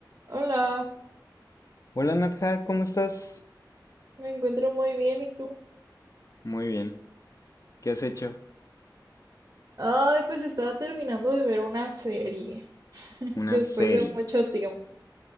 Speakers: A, on the right (about 45°); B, on the left (about 45°).
A: Hola,
B: Hola Nadja, ¿cómo estás?
A: me encuentro muy bien, ¿y tú?
B: Muy bien. ¿Qué has hecho?
A: Ay, pues estaba terminando de ver una serie <laughs>
B: Una
A: después
B: serie.
A: de mucho tiempo.